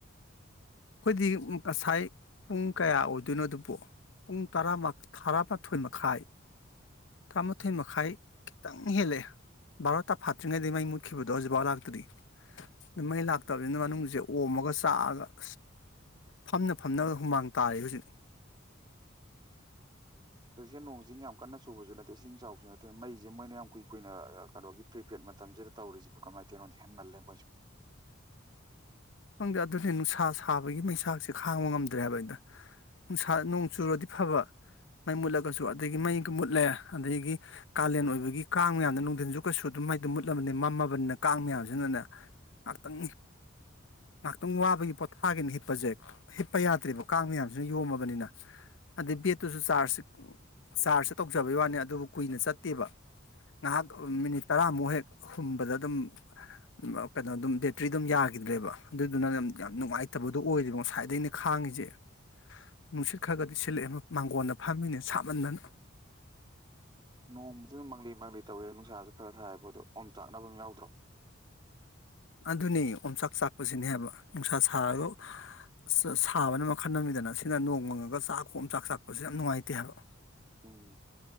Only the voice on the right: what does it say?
ꯍꯧꯖꯤꯛꯁꯤ ꯅꯣꯡ ꯆꯤꯡ ꯌꯥꯝ ꯀꯟꯅ ꯆꯨꯕꯁꯨ ꯅꯠꯇꯦ ꯏꯁꯤꯡ ꯆꯥꯎꯕꯁꯨ ꯅꯠꯇꯦ ꯃꯩꯁꯦ ꯃꯣꯏꯅ ꯌꯥꯝ ꯀꯨꯏ ꯀꯨꯏꯅ ꯀꯩꯅꯣꯒꯤ ꯄ꯭ꯔꯤꯄꯦꯗ ꯃꯇꯝꯁꯤꯗ ꯇꯧꯔꯤꯁꯤꯕꯨ ꯀꯃꯥꯏꯅ ꯇꯅꯣꯗꯤ ꯍꯦꯟꯃꯜꯂꯦ ꯃꯣꯏꯁꯨ
ꯅꯣꯡꯃꯗꯤ ꯑꯗꯨꯝ ꯃꯪꯂꯤ ꯃꯥꯡꯂꯤ ꯇꯧꯋꯦ ꯅꯨꯡꯁꯥꯁꯨ ꯈꯔ ꯊꯥꯏꯕ ꯑꯗꯣ ꯑꯣꯝ ꯆꯥꯛꯅꯕꯝ ꯌꯥꯎꯗ꯭ꯔꯣ
ꯎꯝ